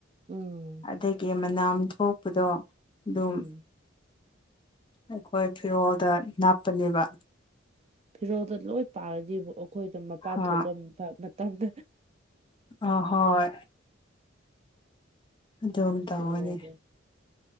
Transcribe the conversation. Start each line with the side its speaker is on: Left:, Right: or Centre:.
Right: ꯎꯝ
Left: ꯑꯗꯒꯤ ꯃꯅꯥꯝ ꯊꯣꯛꯄꯗꯣ ꯑꯗꯨꯝ
Right: ꯎꯝ꯫
Left: ꯑꯩꯈꯣꯏ ꯐꯤꯔꯣꯜꯗ ꯅꯥꯞꯄꯅꯦꯕ꯫
Right: ꯐꯤꯔꯣꯜꯗꯣ ꯂꯣꯏ ꯄꯥꯔꯗꯤ ꯑꯩꯈꯣꯏꯗꫭ ꯃꯄꯥꯟ
Left: ꯑ
Right: ꯊꯣꯛꯄ ꯃꯐꯝ ꯃꯇꯝꯗ
Left: ꯑꫭ ꯍꯣꯏ꯫ ꯑꯗꯨꯝ ꯇꯧꯔꯅꯤ
Right: ꯅꯨꯡꯉꯥꯏꯔꫭꯏ꯫